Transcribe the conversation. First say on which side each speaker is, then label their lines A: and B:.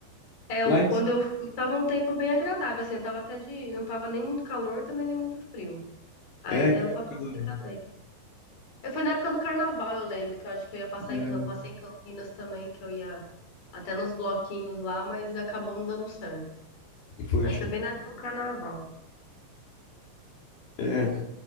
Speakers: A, on the left; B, on the left.
A: É, eu-
B: Lá em-
A: quando eu fui, tava um tempo bem agradável, assim, tava até de, não tava nem muito calor, também nem muito frio. Aí
B: é
A: deu
B: que época
A: pra aproveitar
B: do ano?
A: bem. Eu fui na época do carnaval, eu lembro, que eu acho que eu ia passar
B: Verão.
A: em campo, passei em Campinas também, que eu ia até nos bloquinhos lá, mas acabou não dando certo.
B: Poxa.
A: Mas foi bem na época do carnaval.
B: É.